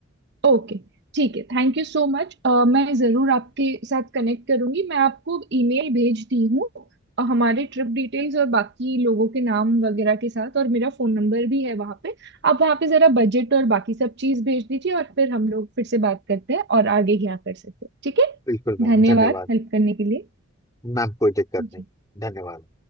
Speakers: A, on the right; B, on the left.
A: ओके ठीक है Thank you so much मैं ज़रूर आपके साथ कनेक्ट करूंगी मैं आपको ईमेल भेजती हूँ अ, हमारे ट्रिप डिटेल्स और बाकी लोगों के नाम वगैरह के साथ और मेरा फ़ोन नंबर भी है वहाँ पे आप वहाँ पे ज़रा बजट और बाकी सब चीज़ भेज दीजिए और फिर हम लोग फिर से बात करते हैं और आगे क्या कर सकते हैं ठीक है
B: बिल्कुल मैम
A: धन्यवाद
B: धन्यवाद
A: हेल्प करने के लिए
B: मैम कोई दिक्कत
A: जी
B: नहीं धन्यवाद